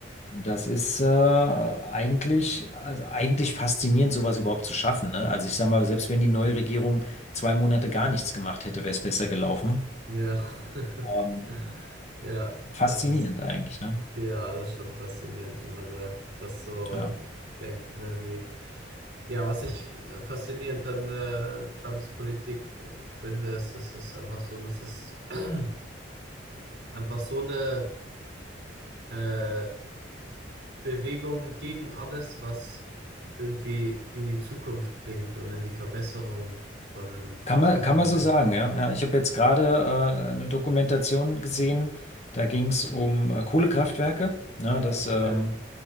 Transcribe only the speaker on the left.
Das ist äh, eigentlich, also eigentlich faszinierend, sowas überhaupt zu schaffen, ne? Also ich sag mal, selbst wenn die neue Regierung zwei Monate gar nichts gemacht hätte, wäre es besser gelaufen.
Ähm,
Faszinierend
eigentlich, ne?
Ja.
Kann
man, kann man
so sagen, ja. Ja, ich habe jetzt gerade äh, eine Dokumentation gesehen, da ging es um äh, Kohlekraftwerke, ne, dass, ähm,